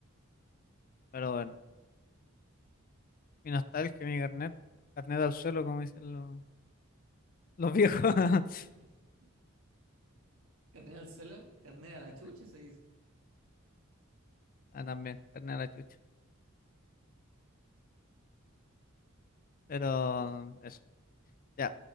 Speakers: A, on the left; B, on the right.
A: pero bueno, mi nostalgia, mi carnet, carnet al suelo, como dicen los, los viejos. <laughs>
B: <laughs> Carne al celo, carne a la
A: Carnet.
B: chucha se dice.
A: Ah, también, carnet a la chucha. Pero eso. Ya.